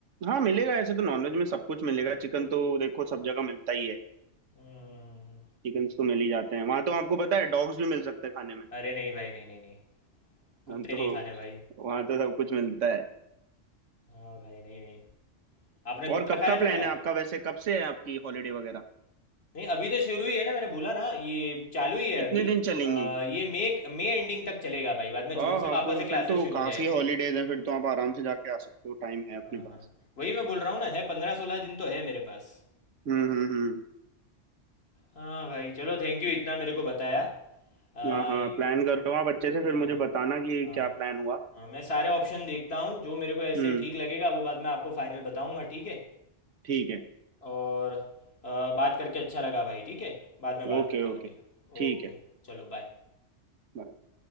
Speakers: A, on the right; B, on the left.
A: हाँ मिलेगा ऐसे तो नॉनवेज में सब कुछ मिलेगा चिकन तो देखो सब जगह मिलता ही है
B: हम्म, हम्म, हम्म, हम्म।
A: चिकन तो मिल ही जाते हैं वहां तो आपको पता है डॉग्स भी मिल सकते हैं खाने में
B: अरे नहीं भाई नहीं नहीं नहीं कुत्ते
A: हाँ, तो
B: नहीं खाने भाई
A: वहां तो सब कुछ मिलता है
B: हाँ भाई नहीं नहीं आपने
A: और
B: कुत्ता
A: कब
B: खाया
A: का
B: था
A: प्लान
B: क्या
A: है आपका वैसे कब से है आपकी हॉलीडे वगैरह
B: नहीं अभी तो शुरू ही है ना मैंने बोला ना ये चालू ही है
A: कितने
B: अभी
A: दिन चलेंगी
B: अ, ये मई मई एंडिंग तक चलेगा भाई बाद में
A: हाँ
B: जून से
A: हाँ
B: वापस
A: तो
B: से
A: फिर
B: क्लासेस
A: तो
B: शुरू हो
A: काफी
B: जाएंगे
A: हॉलीडेज हैं फिर तो आप आराम से जाके आ सकते हो टाइम है अपने
B: हाँ हाँ
A: पास
B: वही मैं बोल रहा हूँ ना है पंद्रह सोलह दिन तो है मेरे पास
A: हम्म हम्म हम्म
B: हाँ भाई चलो थैंक यू इतना मेरे को बताया अ,
A: हाँ हाँ
B: ये
A: प्लान कर रहा हूँ आप अच्छे से फिर
B: हाँ
A: मुझे बताना कि
B: हाँ
A: क्या प्लान हुआ
B: हाँ मैं सारे ऑप्शन देखता हूँ जो मेरे को ऐसे
A: हम्म
B: ठीक लगेगा वो बाद में आपको फाइनल बताऊँगा ठीक है
A: ठीक है
B: और अ, बात करके अच्छा लगा भाई ठीक है बाद में बात
A: ओके
B: करते हैं
A: ओके
B: अभी
A: ठीक
B: ओके
A: है
B: चलो बाय
A: bye।